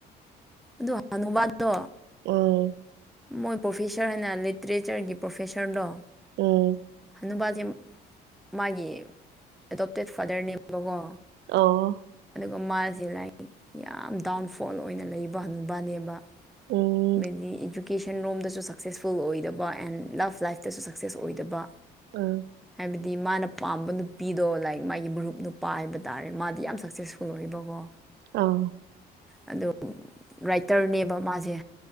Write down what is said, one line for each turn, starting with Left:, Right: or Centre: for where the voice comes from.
Centre: ꯑꯗꯨ ꯍꯅꯨꯕꯥꯗꯣ
Right: ꯎꯝ
Centre: ꯃꯣꯏ ꯄ꯭ꯔꯣꯐꯦꯁꯔ ꯍꯥꯏꯅ ꯂꯤꯇꯔꯦꯆꯔꯒꯤ ꯄ꯭ꯔꯣꯐꯦꯁꯔꯗꯣ
Right: ꯎꯝ
Centre: ꯑꯅꯄꯥꯁꯦ ꯃꯥꯒꯤ ꯑꯦꯗꯣꯞꯇꯦꯠ ꯐꯥꯗꯔꯅꯦꯕꯀꯣ
Right: ꯑꯣ
Centre: ꯑꯣ ꯃꯥꯁꯦ ꯂꯥꯏꯔꯤ ꯌꯥꯝ ꯗꯥꯎꯟꯐꯣꯜ ꯑꯣꯏꯅ ꯂꯩꯕ ꯍꯕꯅꯦꯕ
Right: ꯎꯝ
Centre: ꯃꯗꯤ ꯚꯨꯀꯦꯁꯟ ꯔꯣꯝꯗꯁꯨ ꯁꯛꯁꯦꯁꯐꯨꯜ ꯑꯣꯏꯗꯕ ꯑꯦꯟ ꯂꯞ ꯂꯥꯏꯐꯇꯁꯨ ꯁꯛꯁꯦꯁ ꯑꯣꯏꯗꯕ
Right: ꯑꯥ
Centre: ꯍꯥꯏꯕꯗꯤ ꯃꯥꯅ ꯄꯥꯝꯕ ꯅꯨꯄꯤꯗꯣ ꯂꯥꯏꯛ ꯃꯥꯒꯤ ꯃꯔꯨꯞ ꯅꯨꯄꯥ ꯍꯥꯏꯕ ꯇꯥꯔꯦ ꯃꯥꯗꯤ ꯌꯥꯝ ꯁꯛꯁꯦꯁꯐꯨꯜ ꯑꯣꯏꯕꯀꯣ
Right: ꯑꯥ
Centre: ꯑꯗꯨ ꯔꯥꯏꯇꯔ ꯅꯦ ꯕꯥ ꯃꯥꯁꯦ꯫